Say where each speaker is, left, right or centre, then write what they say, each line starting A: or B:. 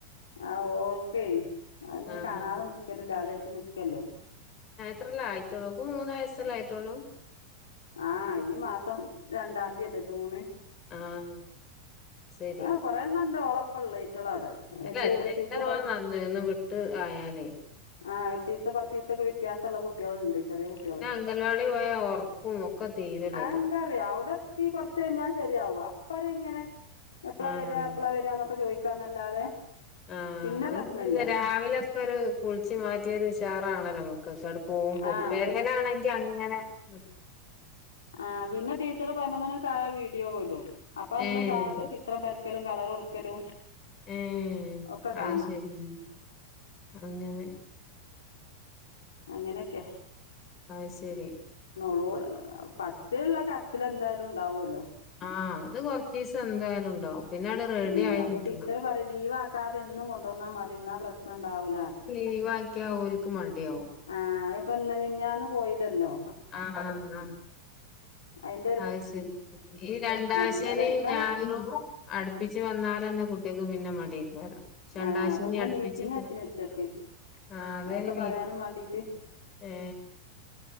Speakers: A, on the left; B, on the left.
A: ആ ഓൾക്ക അങ്ങെ
B: ആഹ്
A: കാണാതെ നിക്കലില്ല അതായിട്ട് നിക്കല്ലേ
B: ത്ര ആയിട്ടുള്ളൂ ഇപ്പ മൂന്ന് വയസല്ല ആയിട്ടുള്ളൂ
A: ആഹ ഈ മാസം രണ്ടാംതിയല്ലേ ജൂണ്
B: ആഹ ശരി
A: ആ കൊറേ എണ്ണം ഉണ്ട് ഓളപ്പള്ള ഈറ്റളവിടെ വല്യ
B: അല്ല
A: എട്ടീസം
B: ച നന്ന
A: പത്ത്
B: ഒന്ന് വിട്ട് ആയാലേ
A: ആ എട്ടീസ പത്ത്സൊക്കെ വ്യത്യാസമുള്ള കുട്ടികളുണ്ട് ചെറിയ കുട്ടികള്
B: പിന്നെ അംഗൻവാടി പോയാ ഒറക്കും ഒക്കെ തീരൂല അയ്റ്റള്
A: അെന്താറ അവിടെത്തി കൊറച്ച കഴിയിപ്പം അപ്പ ഇങ്ങനെ എപ്പളാ
B: ആഹ്
A: വരി അപ്പളെ വര എന്നൊക്കെ ചോദിക്കാന്നല്ലാതെ
B: ആഹ
A: പിന്നെ
B: അവന
A: പ്രശ്നല്ല
B: രാവിലൊക്കെ ഒരു കുളിച്ചി മാറ്റിയൊരുഷാറാണല്ലോ നമുക്ക് അങ്ങട് പോകുമ്പോ
A: ആഹ്
B: പേരങ്ങനൊണെങ്കി അങ്ങനെ നിക്കും
A: ആ പിന്നെ ടീച്ചറ് പതിനൊന്ന് മണിയാകുമ്പോൾ വീഡിയോ വിടും അപ്പ അല്ല
B: ഏഹ്
A: സാറിലൊക്ക ഇത്രം പരക്കലും കളർ കൊടുക്കലും
B: മം
A: ഒക്കെ കാണാ
B: അത് ശരി അങ്ങന
A: അങ്ങനൊക്കെ
B: അ ശരി
A: ള ഫസ്റ്റുള്ള കരച്ചില എന്തായാലും ഉണ്ടാവല്ലോ
B: ആഹ അത് കൊറച്ച് ദിവസം എന്തായാലും ഉണ്ടാവും പിന്നെ അവിടെ റെഡി
A: ഉം
B: ആയി
A: അപ്പൊ
B: കിട്ടണം
A: ടീച്ചർ പറയും ലീവ് ആക്കാതെ എന്നും കൊണ്ടുവന്നാ മതിന്നാ പ്രശ്നം ഇണ്ടാവൂലറ
B: നീവാക്കിയാഓലക്ക് മടിയാവോ
A: ആഹ് അതിപ്പോ എന്ത് മിനിഞ്ഞാന്ന് പോയില്ലല്ലോ
B: ആഹ ആഹ്
A: അയി
B: അത് ശരി ഈ രണ്ടാഴ്ചേന
A: ഇന്നലെ ഇന്നലെ
B: ഞായറും അടുപ്പിച്ച് വന്നൽന്നെ കുട്ടികക്ക് പിന്ന മടേക്കാരം ഷണ്ടാശിനെ
A: ആഹ് അപ്പൊ ഇന്ന്
B: അടുപ്പിച്ച്
A: മീറ്റിംഗ് വെച്ചിന് ഉച്ചക്ക്
B: ആ അതന്
A: അതൊക്കെ
B: മീ
A: പറയാനും വാണ്ടീട്ട്
B: ഏ